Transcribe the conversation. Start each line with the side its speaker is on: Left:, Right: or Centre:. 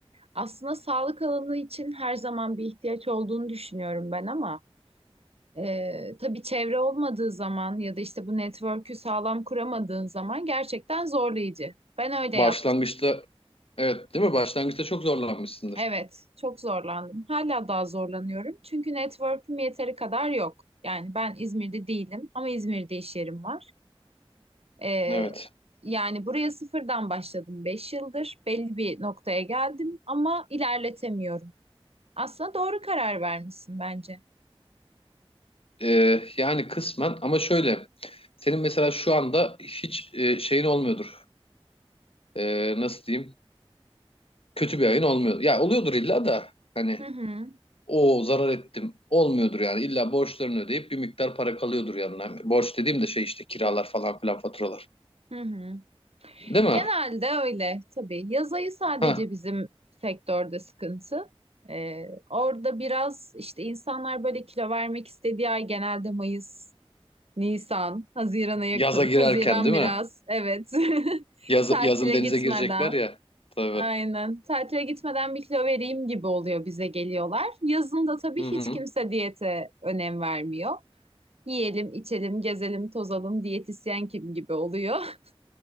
Right: Aslında sağlık alanı için her zaman bir ihtiyaç olduğunu düşünüyorum ben ama e, tabii çevre olmadığı zaman ya da işte bu network'ü sağlam kuramadığın zaman gerçekten zorlayıcı. Ben öyle
Left: Başlangıçta
Right: yaptım.
Left: evet değil mi? Başlangıçta çok zorlanmışsındır.
Right: Evet, çok zorlandım. Hala daha zorlanıyorum. Çünkü network'üm yeteri kadar yok. Yani ben İzmir'de değilim ama İzmir'de iş yerim var. Ee,
Left: Evet.
Right: yani buraya sıfırdan başladım Beş yıldır. Belli bir noktaya geldim ama ilerletemiyorum. Aslında doğru karar vermişsin bence.
Left: E, yani kısmen ama şöyle. Senin mesela şu anda hiç e, şeyin olmuyordur. E, nasıl diyeyim? Kötü bir ayın olmuyor. Ya oluyordur illa da. Hani
Right: Hı hı,
Left: o zarar ettim olmuyordur yani. İlla borçlarını ödeyip bir miktar para kalıyordur yanına. Borç dediğim de şey işte kiralar falan filan faturalar.
Right: hı hı.
Left: Değil mi?
Right: Genelde öyle tabii. Yaz ayı sadece
Left: Ha,
Right: bizim sektörde sıkıntı. Ee, orada biraz işte insanlar böyle kilo vermek istediği ay genelde Mayıs, Nisan, Haziran'a yakın.
Left: yaza girerken
Right: Haziran
Left: değil
Right: biraz,
Left: mi?
Right: evet. <laughs>
Left: Yaz,
Right: Tatile
Left: yazın denize
Right: gitmeden.
Left: girecekler ya. Tabii.
Right: Aynen. Tatile gitmeden bir kilo vereyim gibi oluyor bize geliyorlar. Yazın da tabii
Left: Hı
Right: hiç
Left: hı.
Right: kimse diyete önem vermiyor. Yiyelim, içelim, gezelim, tozalım, diyetisyen kim gibi oluyor. <laughs>